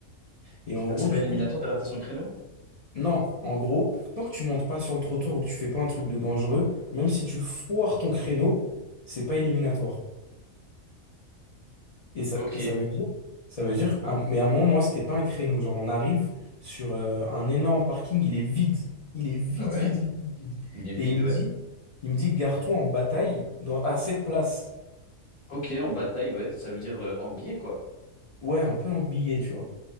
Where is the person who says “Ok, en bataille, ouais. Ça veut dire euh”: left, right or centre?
Left